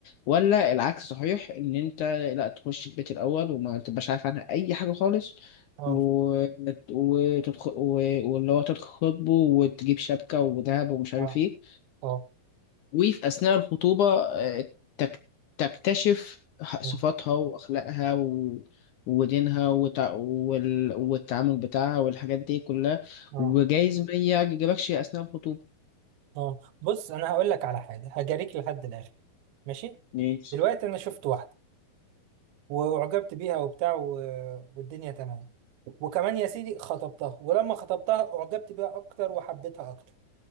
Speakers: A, on the left; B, on the right.
A: ولا العكس صحيح ان انت لا تخش البيت الاول وما تبقاش عارف عنها اي حاجة خالص
B: اه
A: و... وتدخل و... واللي هو تتخطبه وتجيب شبكة وذهب ومش عارف
B: اه
A: ايه
B: اه
A: وفي أثناء الخطوبة آه، تك- تكتشف صفاتها
B: اه
A: وأخلاقها و... ودينها وتع... وال... والتعامل بتاعها والحاجات دي كلها
B: اه
A: وجايز ما يعجبكش أثناء الخطوبة
B: آه. بص انا هقول لك على حاجه هجاريك لحد الاخر ماشي
A: ماشي
B: دلوقتي انا شفت واحده واعجبت بيها وبتاع و- والدنيا تمام وكمان يا سيدي خطبتها ولما خطبتها اعجبت بيها اكتر وحبيتها اكتر